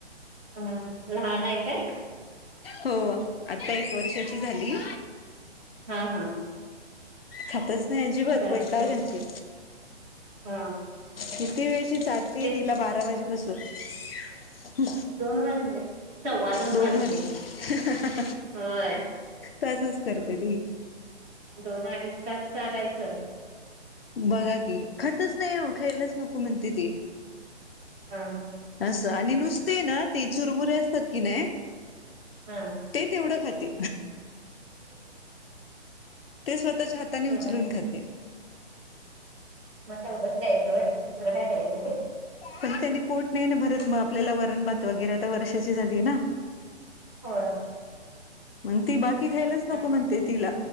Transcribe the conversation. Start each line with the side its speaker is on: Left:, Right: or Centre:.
Right: हम्म लहान आहे काय?
Left: हो आता एक वर्षाची झाली.
Right: हा हा
Left: खातच नाही अजिबात
Right: चालतंय
Left: वैताग अंती
Right: हा
Left: किती वेळ चारतिये
Right: तेच
Left: तिला बारा वाजे पासून
Right: दोन वाजले सव्वा
Left: दोन
Right: वाजले
Left: वाजल्या
Right: होय
Left: तसंच करते
Right: दो-
Left: ती
Right: दोन अडीच तास चरायच?
Left: बघा की खातच नाही खायलाच नको म्हणते ती
Right: हा
Left: असं आणि नुसते आहे ना ते चुरमुरे असतात की नाही ते
Right: हा
Left: ते तेवढं खाती ते स्वतः हाताने
Right: ते
Left: उचलून
Right: ना
Left: खाती
Right: मग तेवढंच द्यायच दुसरं काय द्यायचं ते
Left: पण त्यांनी पोट नाही ना भरत मग आपल्याला वरण भात वगैरे आता वर्षाची झालीना.
Right: होय.
Left: मग ती बाकी खायलाच नको
Right: आता
Left: म्हणते तिला